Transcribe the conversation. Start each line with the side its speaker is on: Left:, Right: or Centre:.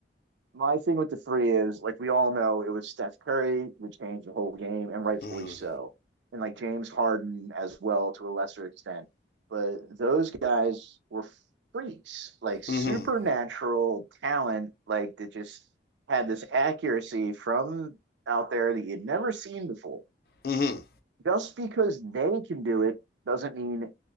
Right: My thing with the three is like we all know it was Steph Curry who changed the whole game, and rightfully
Left: mhm
Right: so, and like James Harden as well to a lesser extent. But those guys were freaks, like supernatural
Left: mhm
Right: talent, like that just had this accuracy from out there that you'd never seen before
Left: mhm
Right: just because they can do it doesn't mean